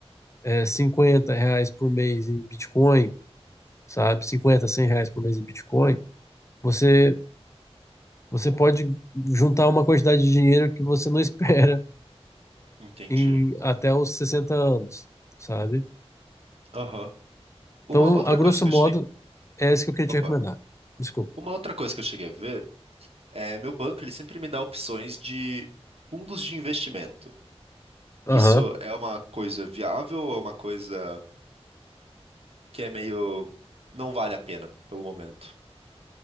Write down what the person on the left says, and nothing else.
é, 50 reais por mês em Bitcoin, sabe? cinquenta 100 reais por mês em Bitcoin, você Você pode juntar uma quantidade de dinheiro que você não <laughs> espera
em até os 60 anos, sabe?
Então,
a grosso
modo,
é isso que eu queria te
recomendar. Desculpa.
Aham.